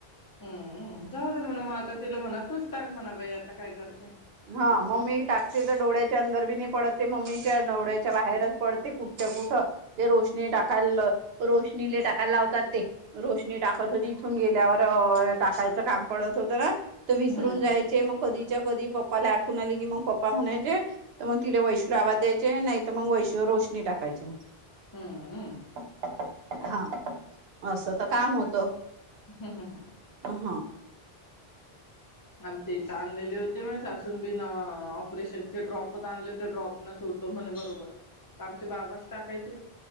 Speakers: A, on the left (about 20°); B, on the right (about 75°).
A: हम्म जाऊ द म्हणा म आता तिला म्हणा तूच टाक म्हणा बाई आता काय करते
B: हा
A: पैसे
B: मम्मी टाकती तर डोळ्याच्या अंदर बी नाही पडते मम्मीच्या डोळ्याच्या बाहेरच पडते कुठ कुठं ते रोशनी टाकायला रोशनीला टाकायला लावतात ते रोशनी टाकत होती इथून गेल्यावर टाकायचं काम पडत होत ना तर विसरून
A: हम्म
B: जायचे मग कधीच्या कधी पप्पाला आठवून आले की मग पप्पा म्हणायचे तर मग तिला वैश्ू आवाज द्यायचे नाही तर मग वैश्वर रोशनी टाकायचीग
A: हम्म हम्
B: हा असं तर काम होत
A: हम् हं हं
B: ह हां
A: आमचे इथं आणलेले होते म सासून बिन ऑपरेशनचे ड्रॉप आणले होते ड्रॉप स होतो म्हणे बरोबर आमच्या बाबाच टाकायचे